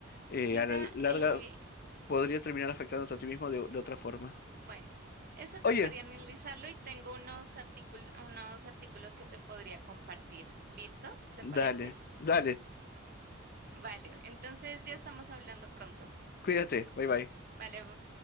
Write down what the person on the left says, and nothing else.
eh,
a la larga
podría terminar afectándote a ti mismo
de, de otra forma.
Oye,
dale,
dale,
cuídate, bye bye.